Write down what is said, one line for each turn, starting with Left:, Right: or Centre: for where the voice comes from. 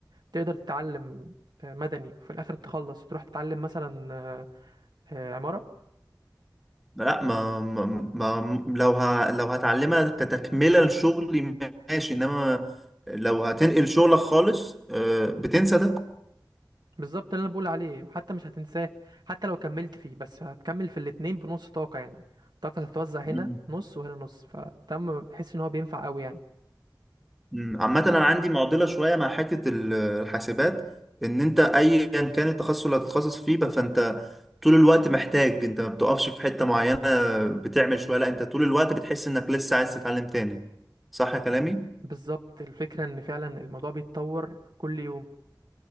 Right: تقدر تتعلم آه، مدني وفي الاخر تخلص تروح تتعلم مثلا آه، آه، عمارة
Centre: لا ما ما, ما لو ه... لو هتعلمها كتكملة لشغلي ماشي انما لو هتنقل شغلك خالص آه، بتنسى ده
Right: بالظبط اللي انا بقول عليه حتى مش هتنساه حتى لو كملت فيه بس هتكمل في الاتنين بنص طاقة يعني طاقتك هتتوزع هنا
Centre: مم.
Right: نص وهنا نص فتم بحس ان هو بينفع قوي يعني
Centre: مم. عامة انا عندي معضلة شوية مع حتة ال- الحاسبات ان انت ايا كان التخصص اللي هتتخصص فيه بقى فانت طول الوقت محتاج انت ما بتقفش في حتة معينة بتعمل شوية لا انت طول الوقت بتحس انك لسه عايز تتعلم تاني صح يا كلامي؟
Right: بالظبط الفكرة ان فعلا الموضوع بيتطور كل يوم